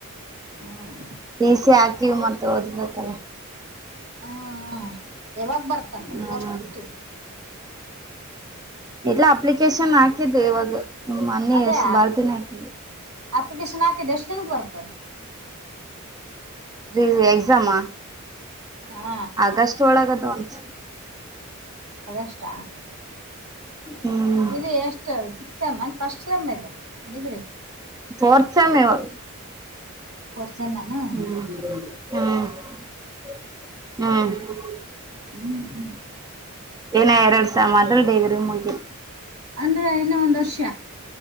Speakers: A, on the right; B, on the right.
A: ಹ್ಮ್
B: ಡಿಸಿ ಹಾಕಿವ ಮತ್ತೆ ಓದ್ಬೇಕಲ್ಲ.
A: ಹ್ಮ ಯಾವಾಗ ಬರ್ತಂತ
B: ಹ್ಮ
A: ಪೋಸ್ಟ್ ಬಿಟ್ಟಿದ್ದ
B: ಇಲ್ಲ ಅಪ್ಲಿಕೇಶನ್ ಹಾಕಿದ್ ಇವಾಗ ಮನ್ನಿ
A: ಅದೇ
B: ಎಷ್ಟ ಬಾಳ ದಿನ ಆಯ್ತ
A: ಅಪ್ಲಿಕೇಶನ್ ಹಾಕಿದ್ದ ಎಷ್ಟ ದಿನಕ್ಕ ಬರುತ್ತ ಅದ
B: ರೀ ಎಕ್ಸಾಮಾ.
A: ಹಾ
B: ಆಗಷ್ಟ ಒಳಗ ಅದಾವ ಅಂತ.
A: ಅಗಷ್ಟ.
B: ಹ್ಮ್
A: ಇದು ಎಷ್ಟು ಸಿಕ್ಸ್ ಸೆಮ್ಮ್ ಏನ್ ಫಸ್ಟ್ ಸೆಮ್ ಇದು ಡಿಗ್ರಿ.
B: ಪೋರ್ತ ಸೆಮ್ ಇವಾಗ.
A: ಪೋರ್ತ ಸೆಮ್ ಏನ್
B: ಹ್ಮ್ ಹ್ಮ್ ಹ್ಮ್. <inaudible>
A: ಹ್ಮ್ ಹ್ಮ. <inaudible>
B: ಏನ ಎರಡ್ ಸ್ಯಾಮ್ ಆದರ ಡಿಗ್ರಿ ಮುಗೀತ. <inaudible>
A: ಅಂದ್ರೆ ಇನ್ನ ಒಂದ ವರ್ಷ.